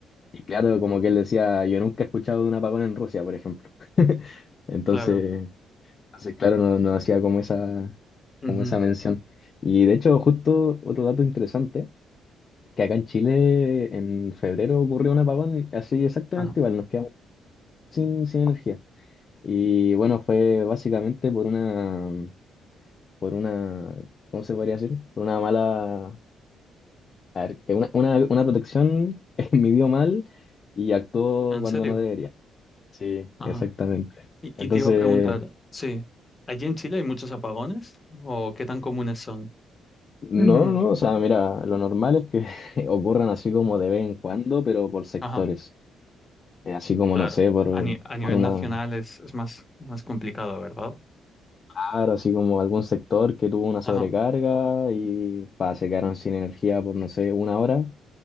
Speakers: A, on the left; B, on the left.
A: y claro, como que él decía, yo nunca he escuchado de un apagón en Rusia, por ejemplo. <laughs> Entonces...
B: claro.
A: Así, claro, no, no hacía como esa,
B: ujú,
A: como esa mención. Y de hecho, justo otro dato interesante, es que acá en Chile en febrero ocurrió un apagón así exactamente
B: ajá.
A: igual, nos quedamos sin, sin energía. Y bueno, fue básicamente por una, por una, ¿cómo se podría decir? Por una mala, a ver, que una, una, una protección <laughs> midió mal y actuó
B: ¿En
A: cuando
B: serio?
A: no debería. Sí,
B: Ajá.
A: exactamente.
B: Y,
A: Entonces,
B: y te iba a preguntar, sí, ¿allí en Chile hay muchos apagones o qué tan comunes son?
A: No,
B: Ujú,
A: no, no, o sea, mira, lo normal es que <laughs> ocurran así como
B: ujú,
A: de vez en cuando, pero por sectores.
B: Ajá.
A: Eh, Así como,
B: Claro,
A: no sé, por,
B: a, ni- a nivel
A: por una,
B: nacional es, es más, más complicado, ¿verdad?
A: claro, así como algún sector que tuvo una
B: Ajá,
A: sobrecarga y pa, se quedaron sin energía por, no sé, una hora,